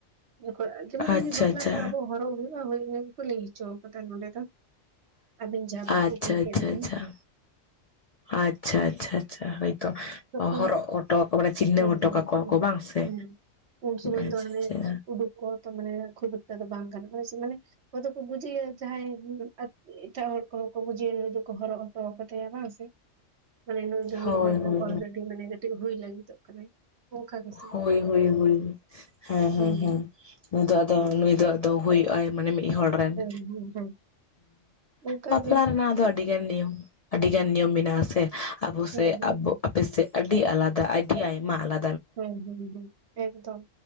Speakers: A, on the right (about 60°); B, on the left (about 50°).
A: ᱡᱚᱠᱦᱚᱱ ᱡᱮᱢᱚᱱ
B: ᱟᱪᱪᱷᱟ
A: ᱮᱢᱱᱤ ᱵᱟᱯᱞᱟ ᱥᱟᱞᱟᱜ ᱟᱵᱚ ᱦᱚᱨᱚᱜ ᱦᱩᱭᱩᱜᱼᱟ, ᱦᱚᱭ ᱤᱱᱟ ᱜᱮᱠᱚ ᱞᱟᱹᱭ ᱦᱚᱪᱚ ᱠᱟᱫᱟ ᱱᱚᱸᱰᱮ ᱫᱚ᱾ ᱟᱹᱵᱤᱱ ᱡᱟᱦᱟᱸ
B: ᱟᱪᱪᱷᱟ
A: ᱵᱤᱱ ᱠᱩᱠᱞᱤ ᱠᱮᱫ
B: ᱟᱪᱪᱷᱟ
A: ᱞᱤᱧᱟᱹ,
B: ᱟᱪᱪᱷᱟ ᱟᱪᱪᱷᱟ ᱟᱪᱪᱷᱟ ᱟᱪᱪᱷᱟ, ᱦᱚᱭᱛᱚ
A: ᱛᱚᱠᱷᱚᱱ
B: ᱦᱚᱨᱚᱜ ᱦᱚᱴᱚ ᱟᱠᱚ ᱢᱟᱱᱮ ᱪᱤᱱᱦᱟᱹᱣ
A: ᱦᱳᱭ
B: ᱦᱚᱴᱚ
A: ᱦᱳᱭ
B: ᱠᱟᱠᱚᱣᱟ
A: ᱦᱳᱭ
B: ᱠᱚ ᱵᱟᱝ ᱥᱮ,
A: ᱦᱩᱸ ᱩᱱ ᱥᱚᱢᱚᱭ
B: ᱟᱪᱪᱷᱟ
A: ᱫᱚ ᱦᱟᱱᱮ
B: ᱟᱪᱪᱷᱟ᱾
A: ᱩᱰᱩᱠ ᱠᱚ ᱛᱚ ᱢᱟᱱᱮ ᱠᱷᱩᱵᱷ ᱮᱠᱴᱟ ᱫᱚ ᱵᱟᱝ ᱜᱟᱱᱚᱜᱼᱟ ᱦᱚᱭ ᱥᱮ, ᱢᱟᱱᱮ ᱦᱚᱲ ᱫᱚ ᱠᱚ ᱵᱩᱡᱷᱟᱹᱭᱟ ᱡᱟᱦᱟᱸᱭ <inaudible> ᱮᱴᱟᱜ ᱦᱚᱲ ᱠᱚᱦᱚᱸ ᱠᱚ ᱵᱩᱡᱮᱭᱟ ᱱᱩᱭ ᱫᱚᱠᱚ ᱦᱚᱨᱚᱜ ᱦᱚᱴᱚ ᱟᱠᱟᱫᱮᱭᱟ ᱵᱟᱝ ᱥᱮ, ᱢᱟᱱᱮ ᱱᱩᱭ ᱫᱚ
B: ᱦᱳᱭ
A: ᱢᱤᱫ ᱦᱚᱲ
B: ᱦᱳᱭ
A: ᱨᱮᱱ ᱚᱞᱨᱮᱰᱤ ᱢᱟᱱᱮ <unintelligible> ᱦᱩᱭ ᱞᱟᱹᱜᱤᱫᱚᱜ ᱠᱟᱱᱟᱭ᱾ ᱚᱱᱠᱟ ᱜᱮᱥᱮ
B: ᱦᱚᱭ ᱦᱚᱭ ᱦᱚᱭ, ᱦᱮᱸ ᱦᱮᱸ
A: ᱦᱩᱸ
B: ᱦᱮᱸ᱾ ᱱᱩᱭ ᱫᱚ ᱟᱫᱚ ᱱᱩᱭ ᱫᱚ ᱟᱫᱚ ᱦᱩᱭᱩᱜᱼᱟᱭ ᱢᱟᱱᱮ ᱢᱤᱫ ᱦᱚᱲ, ᱠᱚᱨᱮ ᱦᱩᱸᱻ
A: ᱦᱩᱸ ᱦᱩᱸ ᱦᱩᱸ ᱚᱱᱠᱟ
B: ᱵᱟᱯᱞᱟ
A: ᱜᱮ
B: ᱨᱮᱱᱟᱜ ᱫᱚ ᱟᱹᱰᱤ ᱜᱟᱱ ᱱᱤᱭᱚᱢ, ᱟᱹᱰᱤᱜᱟᱱ ᱱᱤᱭᱚᱢ ᱢᱮᱱᱟᱜ ᱥᱮ ᱟᱵᱚ
A: ᱦᱩᱸ
B: ᱥᱮ
A: ᱦᱩᱸ
B: ᱟᱵᱚ ᱯᱮ ᱥᱮᱫ ᱟᱹᱰᱤ ᱟᱞᱟᱫᱟ ᱟᱹᱰᱤ ᱟᱭᱢᱟ ᱟᱞᱟ
A: <unintelligible> ᱮᱠᱫᱚᱢ,